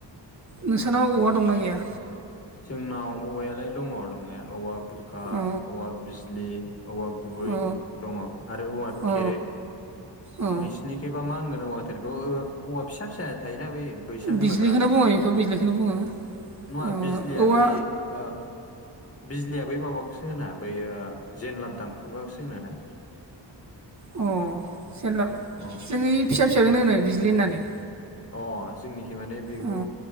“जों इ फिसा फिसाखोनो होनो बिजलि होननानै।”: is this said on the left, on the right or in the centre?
Right